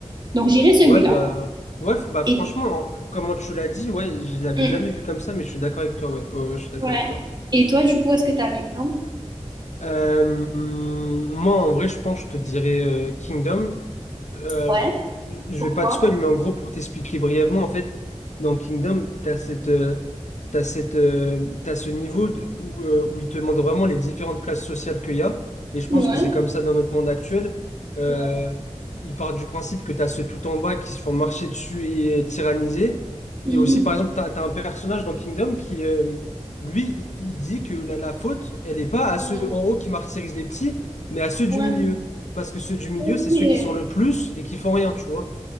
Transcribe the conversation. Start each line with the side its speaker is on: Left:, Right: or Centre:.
Right: Donc j'irai celui-là.
Left: Ouais, bah, ouais, faut- bah,
Right: Et,
Left: franchement, hein, comment tu l'as dit, ouais, je l'avais
Right: hum,
Left: jamais vu comme ça, mais je suis d'accord avec toi, ouais, Ouais, ouais, je suis d'accord
Right: ouais.
Left: avec toi.
Right: Et toi, du coup, est-ce que t'as un exemple?
Left: Euh, moi, en vrai, je pense, je te dirais euh, Kingdom. Euh,
Right: Ouais,
Left: je vais
Right: pourquoi?
Left: pas te spoil, mais en gros, pour t'expliquer brièvement, en fait, dans Kingdom, t'as cette, euh, t'as cette, euh, t'as ce niveau de- où, euh, où il te montre vraiment les différentes classes sociales qu'il y a. Et je
Right: Ouais,
Left: pense que c'est comme ça dans notre monde actuel. Euh,
Right: ouais,
Left: il part du principe que t'as ceux tout en bas qui se font marcher dessus et tyranniser.
Right: hum,
Left: Et aussi, par exemple, t'as, t'as un personnage dans Kingdom qui. euh, lui, il, il dit que la, la faute, elle n'est pas à
Right: ouais,
Left: ceux en haut qui martyrisent les petits, mais à ceux
Right: ouais.
Left: du milieu. Parce que ceux du milieu,
Right: Ok.
Left: c'est ceux qui sont le plus et qui font rien, tu vois.